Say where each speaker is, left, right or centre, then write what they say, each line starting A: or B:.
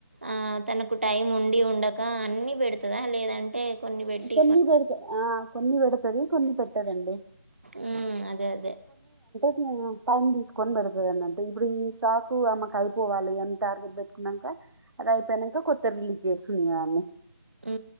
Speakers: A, on the right (about 30°); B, on the right (about 85°).
A: ఆ తనకు టైం ఉండి ఉండక అన్ని పెడుతదా లే లేదంటే కొన్ని పెట్టి
B: ఈ కొన్ని పెడత ఆ కొన్ని పెడతది కొన్ని పెట్టదండి.
A: ఉ అదే అదే
B: ఆ టైమ్ తీసుకొని పెడుతది అన్నట్టు. ఇప్పుడు ఈ స్టాక్ ఆమెకు అయిపోవాలి అని టార్గెట్ పెట్టుకున్నంకా అది అయిపోయినంకా కొత్తది రిలీజ్ చేస్తున్నది అన్ని.
A: ఉ